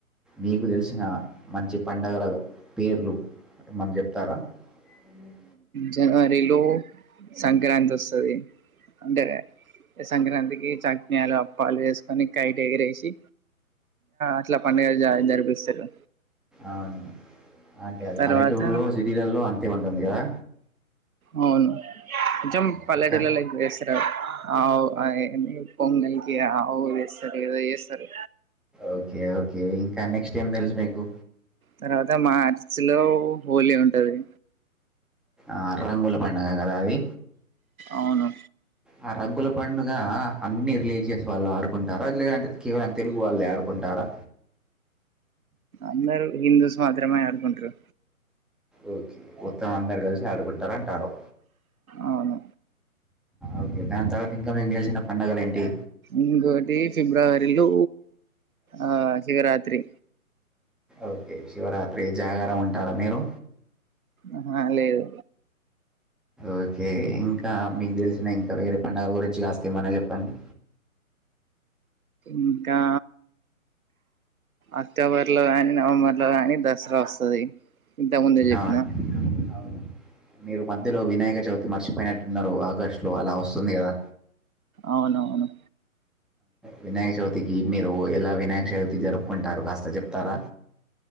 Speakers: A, in the centre; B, on the right.
A: నీకు తెలిసిన మంచి పండుగల పేర్లు ఏమన్న చెప్తారా అవును
B: జనవరిలో సంక్రాంతి వస్తాది అంటే సంక్రాంతికి <unintelligible> పాలు వేసుకొని కైట్ ఎగిరేసి అట్లా పండుగ జరిపిస్తారు
A: అవును అంటే అది
B: తర్వాత
A: పల్లెటూరులో సిటీలలో అంతే ఉంటుంది కదా
B: అవును అచ్చం
A: ఆ,
B: పల్లెటుర్లలో
A: ఇంకా
B: ఎంజాయ్ చేస్తారు <unintelligible> అవు అది ఏంది పొంగల్కి అవు ఏస్తారు ఎదో ఏస్తారు
A: ఓకే ఓకే ఇంకా నెక్స్ట్ ఏం తెలుసు మీకు
B: తర్వాత మార్చి లో హోలీ ఉంటాది
A: ఆ రంగుల పండుగ కదా అది
B: అవునా
A: ఆ రంగుల పండుగ అన్ని రిలీజియస్ వాళ్ళు ఆడుకుంటారా లేదంటే కేవలం తెలుగు వాళ్ళే ఆడుకుంటారా
B: అందరు హిందూస్ మాత్రమే ఆడుకుంటారు
A: ఓకే మొత్తం అందరు కలిసి ఆడుకుంటారు అంటారు
B: అవును
A: ఓకే దాని తర్వాత ఇంకా మీకు తెలిసిన పండగలు ఏంటి
B: ఇంకోకటి ఫిబ్రవరిలో ఆ శివరాత్రి
A: ఓకే శివరాత్రి జాగరం ఉంటారా మీరు
B: అహ లేదు
A: ఓకే ఇంకా మీకు తెలిసిన ఇంకా వేరే పండగ గురించి కాస్త ఏమన్న చెప్పండి
B: ఇంకా అక్టోబర్ లో కానీ నవంబర్ లో కాని దసరా వస్తది ఇంతముందే చెప్పిన
A: ఆ అవును మీరు మధ్యలో వినాయక చవితి మర్చిపోయినట్టున్నారు ఆగస్టు లో అలా వస్తుంది కదా
B: అవునవును
A: వినాయక చవితికి మీరు ఎలా వినాయక చవితి జరుపుకుంటారు కాస్త చెప్తారా